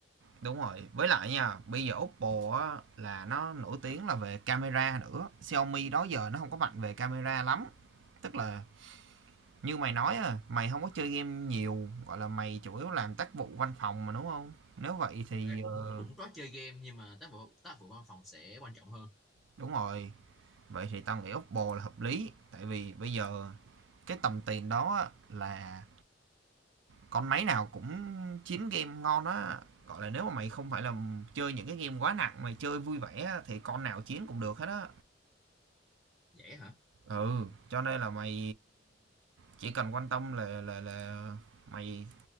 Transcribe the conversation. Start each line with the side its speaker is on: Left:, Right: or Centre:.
Right: đúng rồi với lại nha bây giờ Oppo á, là nó nổi tiếng là về camera nữa Xiaomi đó giờ nó không có mạnh về camera lắm tức là như mày nói à mày không có chơi game nhiều gọi là mày chủ yếu làm tác vụ văn phòng mà đúng không nếu vậy thì
Centre: thật ra
Right: ờ,
Centre: cũng cũng có chơi game nhưng mà tác vụ tác vụ văn phòng sẽ quan trọng hơn
Right: đúng rồi vậy thì tao nghĩ Oppo là hợp lý tại vì bây giờ cái tầm tiền đó á, là con máy nào cũng chín game ngon á gọi là nếu mà mày không phải là chơi những cái game quá nặng mày chơi vui vẻ á, thì con nào chiến cũng được hết á
Centre: dễ hả
Right: ừ cho nên là mày chỉ cần quan tâm là là là mày